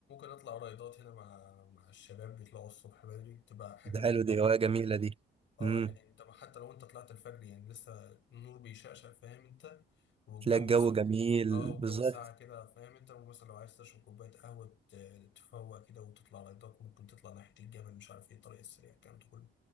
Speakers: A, on the left (about 70°); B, on the right (about 30°).
A: اطلع رايدات هنا مع مع الشباب بيطلعوا الصبح بدري تبقى حاجه
B: ده حلو
A: توب
B: دي هوايه
A: التوب
B: جميله دي
A: اه
B: امم
A: يعني انت حتى لو انت طلعت الفجر يعني لسه النور بيشقشق فاهم انت والجو
B: تلاقي الجو
A: س...
B: جميل
A: اه والجو
B: بالظبط
A: ساقع كده فاهم انت ومثلا لو عايز تشرب كوباية قهوة ت- تفوق كده وتطلع لايتات ممكن تطلع ناحية الجبل مش عارف ايه الطريق السريع الكلام ده كله